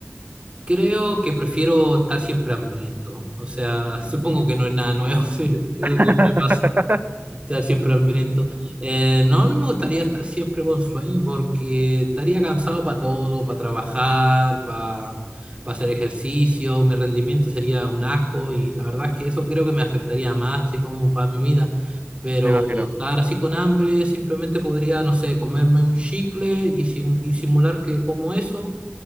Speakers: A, on the right; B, on the right.
A: Creo que prefiero estar siempre hambriento. O sea, <laughs> supongo que no es nada nuevo, <laughs> sí, eso
B: <laughs>
A: siempre pasa, estar siempre hambriento. Eh, no, no me gustaría estar siempre con sueño porque estaría cansado para todo, para trabajar, para hacer ejercicio, mi rendimiento sería un asco y la verdad es que eso creo que me afectaría más, así como para mi vida. Pero
B: Me imagino.
A: estar así con hambre, simplemente podría, no sé, comerme un chicle y, sim- y simular que como eso